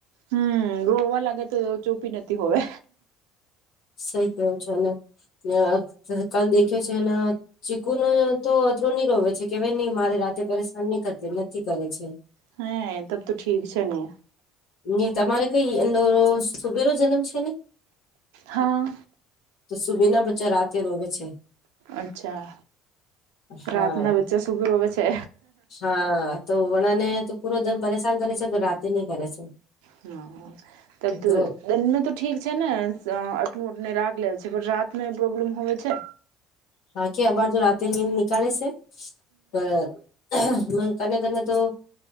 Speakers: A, on the right; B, on the left.
A: હમ વો રોવા લાગે તો ચૂપી નથી હોવે.
B: સહી કયો છો ને ને કલ દેખ્યો છે ને ચીકુ ને તો અતરું ની રોવે છે કેવાય નહી મારે રાતે પરેશાન ની કરે નથી કરે છે.
A: હે તબ તો ઠીક છે ને.
B: ની તમારે કઈ અંદોરો સુબેરો જન્મ છે ને?
A: હા
B: તો સુબીના બચ્ચા રાતે રોવે છેે.
A: અચ્છા,
B: હા
A: રાતના વચ્ચે સુગરવે છે.
B: હા. તો વડા ને તો પૂરો દમ પરેશાન કરે છે પણ રાતે નહી કરે છે.
A: હં તબ દ
B: તો
A: દનને તો ઠી છે ને અટનું ઓટને રાખ લે છે પર રાત પ્રોબ્લેમ હોવે છે.
B: હા કે અબાર જો રાતે નનીંદ નિકાલેે છે ક ક તો